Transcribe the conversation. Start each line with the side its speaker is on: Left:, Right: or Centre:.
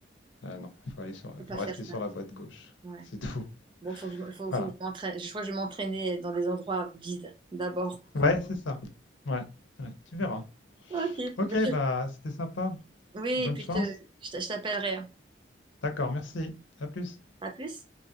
Left: Euh, non, il faut aller sur,
Right: je peux pas
Left: faut rester
Right: faire ça.
Left: sur la voie de gauche.
Right: Ouais.
Left: C'est tout.
Right: Bon, faut que je, faut,
Left: Voilà.
Right: faut que je m'entraîne. Je crois que je vais m'entraîner dans des endroits vides d'abord.
Left: Ouais, c'est ça. Ouais, ouais, tu verras.
Right: Ok. puis,
Left: Ok,
Right: bah, je-
Left: bah c'était sympa.
Right: Oui,
Left: Bonne
Right: puis
Left: chance.
Right: je, je t'a- je t'appellerai. hein.
Left: D'accord, merci. À plus.
Right: À plus.